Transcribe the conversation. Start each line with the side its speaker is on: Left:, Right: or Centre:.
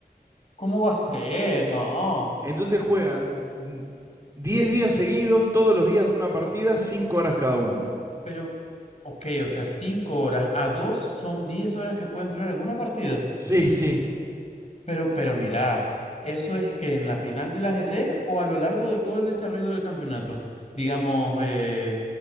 Left: ¿Cómo va a ser? No.
Right: Entonces juegan diez días seguidos, todos los días una partida, 5 horas cada uno.
Left: Pero, ok, o sea, cinco horas a dos son diez horas que pueden durar en una partida.
Right: Sí, sí.
Left: Pero, pero mira, eso es que en la final del ajedrez o a lo largo de todo el desarrollo del campeonato, digamos, eh,